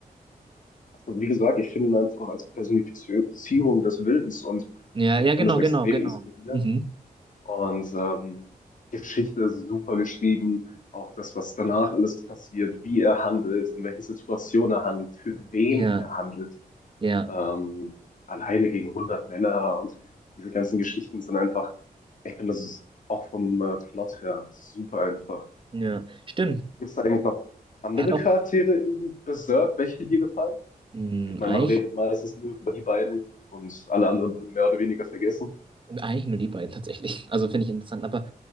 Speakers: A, on the left; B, on the right.
A: Und wie gesagt, ich finde ihn einfach als Personifizierung des Wildens und
B: Ja,
A: ich
B: ja,
A: finde
B: genau,
A: das extrem
B: genau, genau.
A: inspirierend.
B: Mhm.
A: Und ähm, Geschichte ist super geschrieben, auch das, was danach alles passiert, wie er handelt, in welchen Situationen er handelt, für wen
B: Ja,
A: er handelt,
B: ja,
A: ähm, alleine gegen hundert Männer und diese ganzen Geschichten sind einfach, ich finde, das ist auch vom äh, Plot her super einfach.
B: ja. Stimmt.
A: Gibt es da eigentlich noch andere
B: Er hat auch
A: Charaktere in Berserk, welche dir gefallen?
B: mh,
A: Ich meine,
B: eigentlich,
A: man redet meistens nur über die beiden und alle anderen werden mehr oder weniger vergessen.
B: eigentlich nur die beiden tatsächlich. Also finde ich interessant. Aber